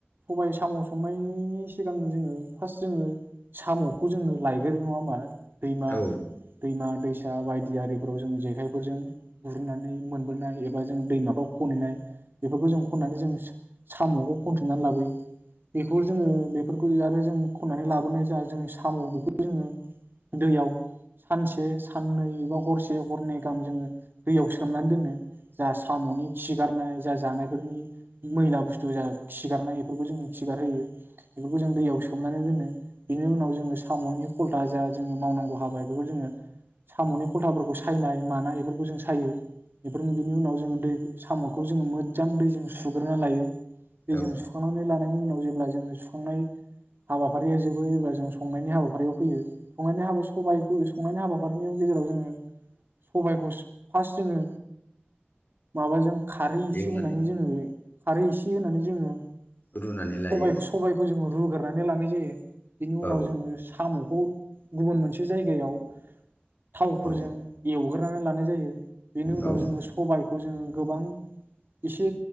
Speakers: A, on the right (about 60°); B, on the left (about 50°).
A: सबाय साम संनायनि सिगां जोङो फार्स्ट जोङो सामखौ जों लायग्रोयो नङा होमबा। दैमा
B: औ
A: दैमा दै फिसा बायदि आरिफोराव जों जेखायखौजों गु। होननानै मोनबोनाय जों दैमाखौ खनहैनाय। बेफोरखौ जों खननानै जों। सामखौ खनथुमनानै लाबोयो बेखौ जोङो बेफोर। आरो जों खन्नानै लाबोनाय ज जोंनि साम बेखौ जोङो दैयाव सानसे साननै एबा हरसे हरनै गाहाम जोङो। दैयाव सोमनानै दोनो। जा सामनि सिगारनाय। जा जानायफोरनि मैला बुस्थु जा खिगारनाय बेफोरखौ जों खिगारहोयो। बेफोरखौ जों दैयाव सोमनानै दोनो। बिनि उनाव जोङो सामनि खल। जा जा जोंनि मावनांगौ हाबा एबोरखौ जोंङो सामनि खलथाफोरखौ सायनाय मानाय एफोरखौ जों। साययो। बेफोर बिनि उनाव जोङो दै। सामखौ जोङो मोजां दैजों सुग्रोना लायो। दैजों
B: औ
A: सुखांनानै लानायनि उनाव जेब्ला जोङो सुखांनाय हाबाफारिया जोबो अब्ला जों संनायनि हाबाफारियाव फैयो। संनायनि हाबा सबाइखौ संनायनि हाबा बिफोरबादिनि गेजेराव जोङो सबायाइखौ फार्स्ट जङो माबाजों खारै एसे
B: एवनानै
A: होनानै जोङो खारै एसे होनानै जोङो सबाय
B: रुनानै लायो
A: सबायखौ जोङो रुग्रोनानै लानाय जायो। बिनि उनाव
B: औ
A: जोङो सामखौ गुबुन मोनस मोनसे जायगायाव थावफोरजों
B: औ
A: एवग्रोनै लानाय जायो। बेनि उनाव
B: औ
A: जोङो
B: औ
A: सबायखौ जोङो गोबां एसे